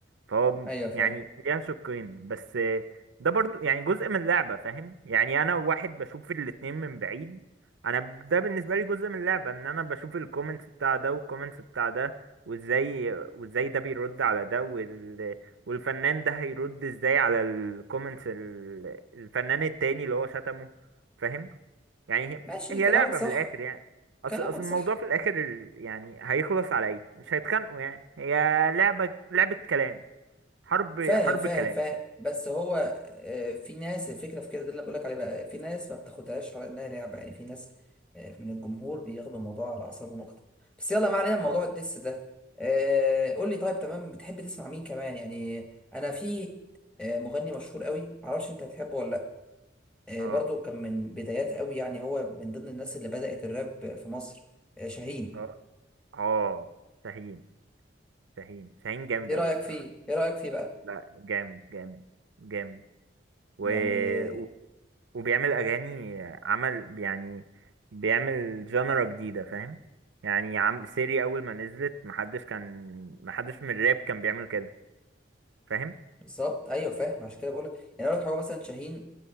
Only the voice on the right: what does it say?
فهو
يعني ليه شقين بس ده برضو يعني جزء من اللعبة فاهم يعني أنا واحد بشوف الاتنين من بعيد أنا ب- ده بالنسبة لي جزء من اللعبة إن أنا بشوف الكومنتس بتاع ده والكومنتس بتاع ده وإزاي وإزاي ده بيرد على ده وال... والفنان ده هيرد إزاي على الكومنتس ال... الفنان التاني اللي هو شتمه فاهم يعني هي
هي
لعبة
من الآخر يعني اصل
اصل الموضوع
في الاخر ال- يعني هيخلص على ايه مش هيتخانقوا يعني هي لعبة لعبة كلام حرب
حرب
كلام
اه
اه
اه اه شاهين شاهين شاهين جامد
أوي
الصراحة
لا جامد جامد جامد و...
و... وبيعمل أغاني عمل يعني بيعمل جانرا جديدة فاهم يعني عم سيري أول ما نزلت محدش كان محدش من الراب كان بيعمل كده فاهم